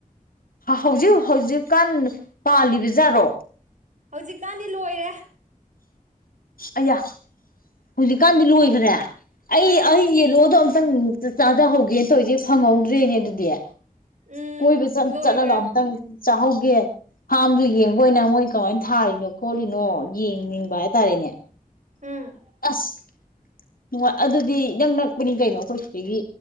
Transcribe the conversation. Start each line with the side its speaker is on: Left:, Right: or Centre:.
Left: ꯍꯧꯖꯤ ꯍꯧꯖꯤ ꯀꯥꯟ ꯄꯥꯜꯂꯤꯕꯖꯥꯠꯔꯣ
Right: ꯍꯧꯖꯤꯛꯀꯥꯟꯗꯤ ꯂꯣꯏꯔꯦ
Left: ꯑꯌꯥ ꯍꯧꯖꯤꯛꯀꯥꯟꯗꯤ ꯂꯣꯏꯈ꯭ꯔ ꯇꯔꯦ ꯑꯩ
Right: ꯎꯝ
Left: ꯑꯩ ꯌꯦꯜꯂꯣꯗꯣ ꯑꯝꯇꯪ ꯆꯥꯖꯍꯧꯒꯦ ꯧꯁꯦ ꯐꯪꯍꯧꯗ꯭ꯔꯦꯅꯦ ꯑꯗꯨꯗꯤ
Right: ꯎꯝ
Left: ꯀꯣꯏꯕ
Right: ꯂꯣꯏꯈꯔꯦ
Left: ꯆꯠꯂꯒ ꯑꯝꯇꯪ ꯆꯥꯍꯧꯒꯦ ꯐꯥꯝꯗꯨ ꯌꯦꯡ ꯃꯣꯏ ꯅ ꯃꯣꯏ ꯀꯃꯥꯏꯅ ꯊꯥꯔꯤꯅꯣ ꯈꯣꯠꯂꯤꯅꯣ ꯌꯦꯡꯅꯤꯡꯕ ꯍꯥꯏꯇꯥꯔꯦꯅꯦ
Right: ꯎꯝ
Left: ꯑꯁ ꯅꯨꯡꯉꯥꯏ ꯑꯗꯨꯗꯤ ꯅꯪ ꯅꯛꯄꯅꯤ ꯀꯩꯅꯣ ꯑꯩꯈꯣꯏ ꯁꯤꯗꯒꯤ